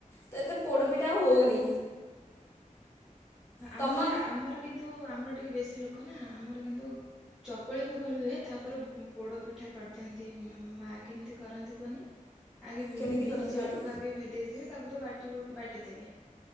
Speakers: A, on the left; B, in the centre.
A: ତ ଏତେ ପୋଡପିଠା ଆଉ ହଉନି। ତମ
B: ଆମର ଆମର କିନ୍ତୁ ଆମର ଟିକେ ବେଶି ଲୋକ ନା ଆମର କିନ୍ତୁ ଚକୁଳି ଫକୁଳି ହୁଏ ତାପରେ ପୋଡ଼ ପିଠା କରିଦିଅନ୍ତି ଆମ ମାଆ କେମିତି କରନ୍ତି କୁହନି ଆଗେ ବି
A: କେମିତି
B: ବି ବିରି
A: କରନ୍ତି
B: ଚାଉଳକୁ
A: କହିଲ?
B: ଆଗେ ଭେଦେଇଥିବେ ତାକୁ ତ ବାଟି ହେଟି ବା ବାଟି ଦେବେ